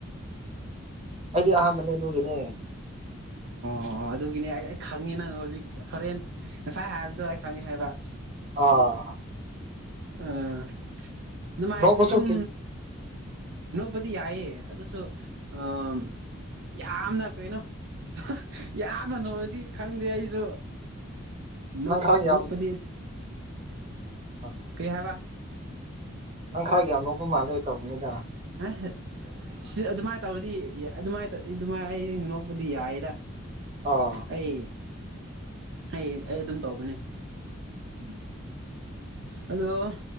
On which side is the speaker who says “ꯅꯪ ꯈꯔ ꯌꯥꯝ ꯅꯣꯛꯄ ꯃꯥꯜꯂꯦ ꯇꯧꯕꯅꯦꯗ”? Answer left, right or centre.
Right